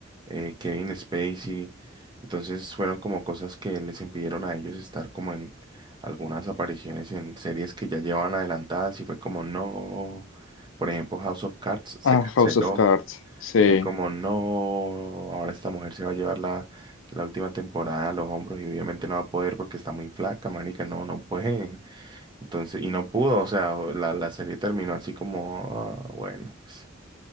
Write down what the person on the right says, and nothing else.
eh, Kevin Spacey. Entonces fueron como cosas que les impidieron a ellos estar como en algunas apariciones en series que ya llevaban adelantadas y fue como no. Por ejemplo, House of Cards se
canceló
y fue como no. Ahora esta mujer se va a llevar la, la última temporada a los hombros y obviamente no va a poder porque está muy flaca, marica, no, no puede. Entonces, y no pudo, o sea, la, la serie terminó así como, ah, bueno, pues,